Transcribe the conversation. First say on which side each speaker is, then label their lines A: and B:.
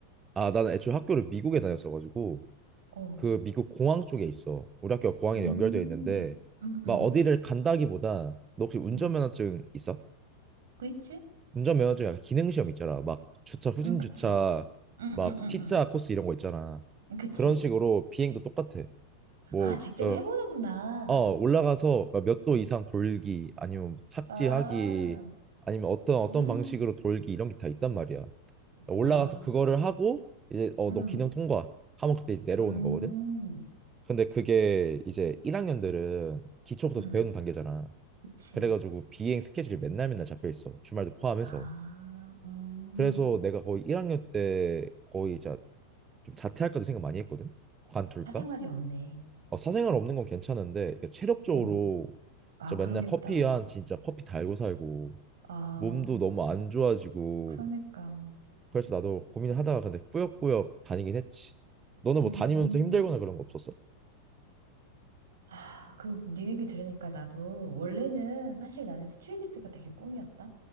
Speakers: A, on the right; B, on the right.
A: 아, 나는 애초에 학교를 미국에 다녔어가지고
B: 어,
A: 그 미국 공항 쪽에 있어. 우리 학교 가 공항에
B: 음,
A: 연결되어 있는데
B: 음,
A: 막
B: 음,
A: 어디를 간다기보다 너 혹시 운전면허증
B: 음.
A: 있어?
B: 그치?
A: 운전면허증 약간 기능 시험 있잖아. 막 주차 후진
B: 응, 그치.
A: 주차
B: 음,
A: 막
B: 음, 음,
A: T자
B: 음.
A: 코스 이런 거 있잖아.
B: 그치.
A: 그런 식으로 비행도 똑같아. 뭐
B: 아, 직접
A: 어,
B: 해보는구나.
A: 어, 올라가서 몇 도 이상 돌기 아니면 뭐 착지하기
B: 아,
A: 아니면 어떤 어떤
B: 헉,
A: 방식으로 돌기 이런 게 다 있단 말이야.
B: 와,
A: 올라가서 그거를 하고 이제 어
B: 음,
A: 너 기능 통과 하면 그때 이제 내려오는
B: 음,
A: 거거든. 근데 그게 이제 1학년들은 기초부터
B: 음,
A: 배우는 단계잖아.
B: 그치.
A: 그래가지고 비행 스케줄이 맨날 맨날 잡혀 있어. 주말도 포함해서.
B: 아, 음,
A: 그래서 내가 거의 1학년 때 거의 자, 좀 자퇴할까도 생각 많이 했거든. 관둘까?
B: 사생활이 없네.
A: 어, 사생활 없는 건 괜찮은데 이게 체력적으로
B: 어, 아,
A: 진짜
B: 그러겠다.
A: 맨날 커피 한 진짜 커피 달고 살고
B: 아,
A: 몸도 너무 안 좋아지고
B: 그러니까,
A: 그래서 나도 고민을 하다가 근데 꾸역꾸역 다니긴 했지. 너는 뭐
B: 음.
A: 다니면서 힘들거나 그런 거 없었어?
B: 아, 그, 네 얘기 들으니까 나도, 원래는 사실 나는 스튜어디스가 되게 꿈이었다.